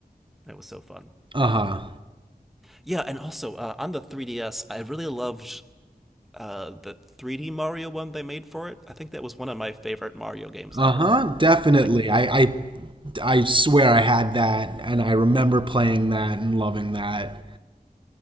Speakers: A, in the centre; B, on the right.
A: that was so fun.
B: Uh huh.
A: Yeah, and also uh, on the 3DS, I really loved uh, the 3D Mario one they made for it. I think that was one of my favorite Mario games
B: Uh
A: ever.
B: huh. Definitely.
A: Like
B: I, I I swear I had that, and I remember playing that and loving that.